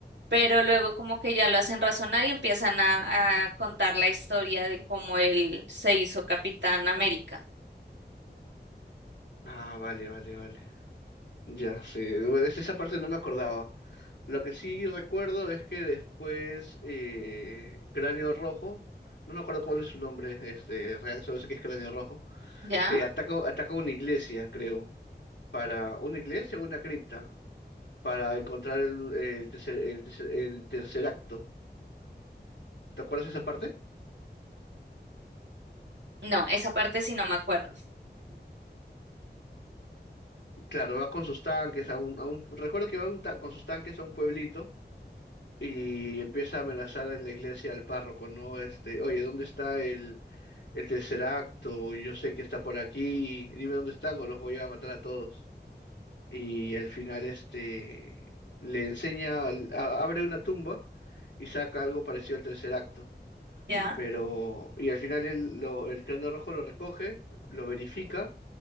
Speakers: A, on the right; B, on the left.
A: pero luego como que ya lo hacen razonar y empiezan a, a contar la historia de cómo él se hizo Capitán América.
B: Ah, vale, vale, vale. Ya, sí. Bueno, es- esa parte no me acordaba. Lo que sí recuerdo es que después eh, Cráneo Rojo, no me acuerdo cuál es su nombre este, real, solo sé que es Cráneo Rojo,
A: ¿Ya?
B: eh, ataca, ataca una iglesia, creo, para una iglesia o una cripta, para encontrar el, el tercer, el tercer, el tercer acto. ¿Te acuerdas de esa parte?
A: No, esa parte sí no me acuerdo.
B: Claro, va con sus tanques a un, a un- recuerdo que va un ta- con sus tanques a un pueblito y empieza a amenazar a la iglesia al párroco, ¿no? Este, oye, ¿dónde está el, el tercer acto? Yo sé que está por aquí, dime dónde están o los voy a matar a todos. Y al final, este, le enseña, al- a- abre una tumba y saca algo parecido al tercer acto.
A: ¿Ya?
B: Pero, y al final él lo, el cráneo rojo lo recoge, lo verifica